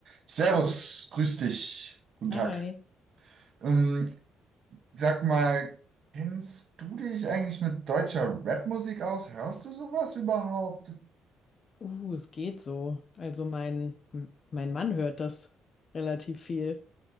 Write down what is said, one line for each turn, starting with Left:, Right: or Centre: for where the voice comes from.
Right: Servus, grüß dich. Guten
Left: Hi.
Right: Tag. Ähm, sag mal, kennst du dich eigentlich mit deutscher Rapmusik aus? Hörst du sowas überhaupt?
Left: Uh, es geht so. Also mein, m- mein Mann hört das relativ viel.